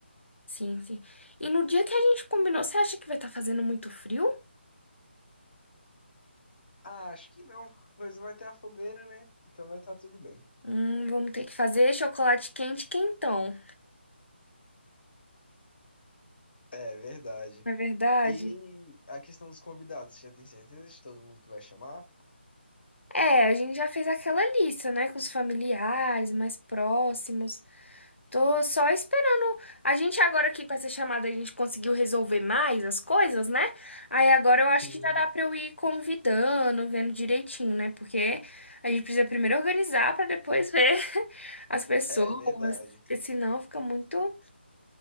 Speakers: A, on the left; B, on the left.
A: sim, sim. E no dia que a gente combinou, você acha que vai estar fazendo muito frio?
B: Ah, acho que não. Coisa vai ter a fogueira, né? Então vai estar tudo bem.
A: Hum, vamos ter que fazer chocolate quente quentão.
B: É, verdade.
A: Não é verdade?
B: E a questão dos convidados, você já tem certeza de todo mundo que vai chamar?
A: É, a gente já fez aquela lista, né, com os familiares mais próximos. Tô só esperando. A gente agora aqui com essa chamada, a gente conseguiu resolver mais as coisas, né? Aí agora eu acho
B: Sim.
A: que já dá pra eu ir convidando, vendo direitinho, né? Porque a gente precisa primeiro organizar pra depois ver <laughs> as pessoas,
B: É, verdade.
A: porque senão fica muito,